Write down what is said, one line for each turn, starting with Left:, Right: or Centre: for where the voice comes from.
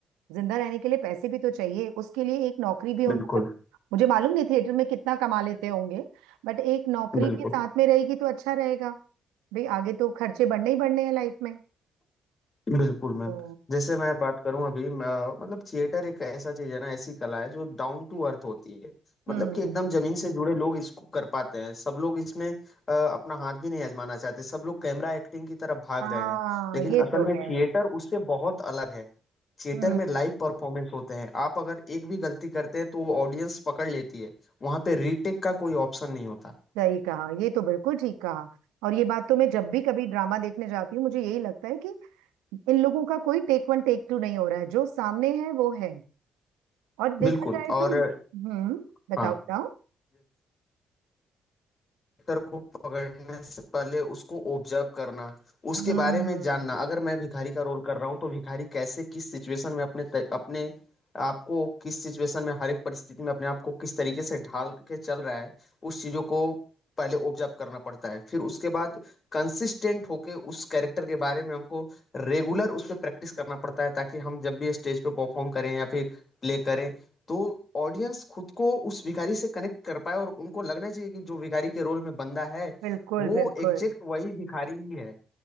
Right: जिंदा रहने के लिए पैसे भी तो चाहिए उसके लिए एक नौकरी भी होनी
Left: बिल्कुल
Right: चाहिए मुझे मालूम नहीं थिएटर में कितना कमा लेते होंगे बट एक नौकरी
Left: बिल्कुल
Right: भी साथ में रहेगी तो अच्छा रहेगा भाई आगे तो खर्चे बढ़ने ही बढ़ने हैं लाइफ में
Left: बिल्कुल मैम
Right: तो
Left: जैसे मैं बात करूं अभी म, अ, मतलब थिएटर एक ऐसा चीज है ना ऐसी कला है जो डाउन टू अर्थ होती है
Right: हम्म
Left: मतलब कि एकदम जमीन से जुड़े लोग इसको कर पाते हैं सब लोग इसमें अ, अपना हाथ भी नहीं आजमाना चाहते सब लोग कैमरा एक्टिंग की तरफ भाग
Right: हाँ
Left: रहे हैं लेकिन
Right: ये
Left: असल
Right: तो
Left: में
Right: है
Left: थिएटर उससे बहुत अलग है थिएटर
Right: हम्म।
Left: में लाइव परफॉर्मेंस होते हैं आप अगर एक भी गलती करते हैं तो वो ऑडियंस पकड़ लेती है वहां पे रीटेक का कोई ऑप्शन नहीं होता
Right: सही कहा ये तो बिल्कुल ठीक कहा और ये बात तो मैं जब भी कभी ड्रामा देखने जाती हूँ मुझे यही लगता है कि इन लोगों का कोई टेक वन टेक टू नहीं हो रहा है जो सामने है वो है और देखा
Left: बिल्कुल
Right: जाए
Left: और
Right: तो हम्म
Left: अ,
Right: बताओ
Left: हाँ
Right: बताओ
Left: करेक्टर को पकड़ने से पहले उसको ऑब्जर्व करना उसके
Right: हम्म
Left: बारे में जानना अगर मैं भिखारी का रोल कर रहा हूँ तो भिखारी कैसे किस सिचुएशन में अपने त- अपने आपको किस सिचुएशन में हर एक परिस्थिति में अपने आप को किस तरीके से ढाल के चल रहा है उस चीजों को पहले ऑब्जर्व करना पड़ता है फिर उसके बाद कंसिस्टेंट होके उस कैरेक्टर के बारे में हमको रेगुलर उस पर प्रैक्टिस करना पड़ता है ताकि हम जब भी स्टेज पे परफॉर्म करें या फिर प्ले करें तो ऑडियंस खुद को उस भिखारी से कनेक्ट कर पाए और उनको लगना चाहिए कि जो भिखारी के रोल में बंदा है
Right: बिल्कुल
Left: वो
Right: बिल्कुल
Left: एग्जैक्ट वही भिखारी ही है